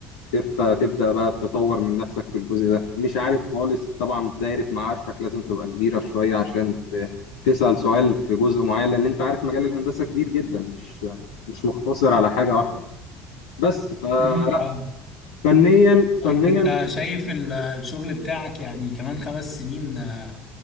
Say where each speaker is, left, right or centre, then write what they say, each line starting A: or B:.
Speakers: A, on the left; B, on the left.
A: تفت- تبدأ بقى تطور من نفسك في الجزء ده مش عارف خالص طبعا دايرة معارفك لازم تبقى كبيرة شوية عشان ت- تسأل سؤال في جزء معين لأن أنت عارف مجال الهندسة كبير جدا مش مش مقتصر على حاجة واحدة بس فلا
B: امم فاهمك
A: فنيا فنيا
B: طيب أنت شايف ال- الشغل بتاعك يعني كمان خمس سنين آه،